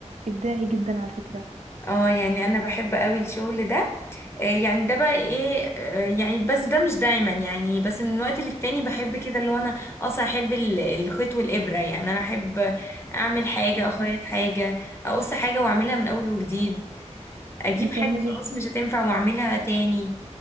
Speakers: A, on the right (about 80°); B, on the left (about 20°).
A: إبداعي جدا على فكرة
B: اه يعني انا بحب قوي الشغل ده آه، يعني ده بقى ايه آه، يعني بس ده مش دايما يعني بس من وقت للتاني بحب كده اللي هو انا اصلا احب ال- الخيط والابره يعني انا احب اعمل حاجه اخيط
A: مم.
B: حاجه اقص حاجه واعملها من اول وجديد اجيب
A: بتعملي
B: حاجه خلاص مش هتنفع واعملها تاني